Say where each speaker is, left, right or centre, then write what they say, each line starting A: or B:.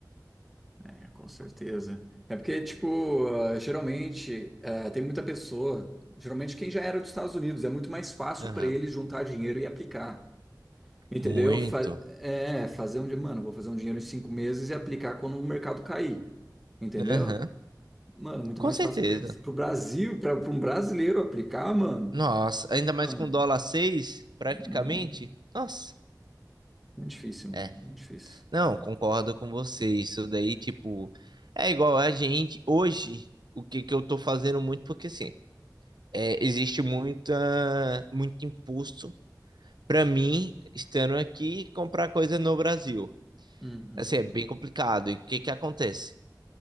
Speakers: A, in the centre; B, on the right.
A: É, com certeza. É porque, tipo, ah, geralmente ah, tem muita pessoa, geralmente quem já era dos Estados Unidos, é muito mais fácil
B: Aham.
A: para eles juntar dinheiro e aplicar. Entendeu?
B: Muito.
A: Fa- é, fazer um, di- mano, vou fazer um dinheiro em cinco meses e aplicar quando o mercado cair. Entendeu?
B: Aham.
A: Mano, muito
B: Com
A: mais
B: certeza.
A: fácil para eles. Pro Brasil, para um brasileiro aplicar, mano,
B: Nossa, ainda
A: mano,
B: mais com dólar 6, praticamente.
A: hum,
B: Nossa,
A: muito difícil, mano,
B: é.
A: muito difícil.
B: Não, concordo com você. Isso daí, tipo, é igual a gente hoje. O que que eu tô fazendo muito, porque assim, é, existe muita, muito imposto para mim, estando aqui, comprar coisa no Brasil.
A: Uhum,
B: Assim, é bem complicado. E o que que acontece?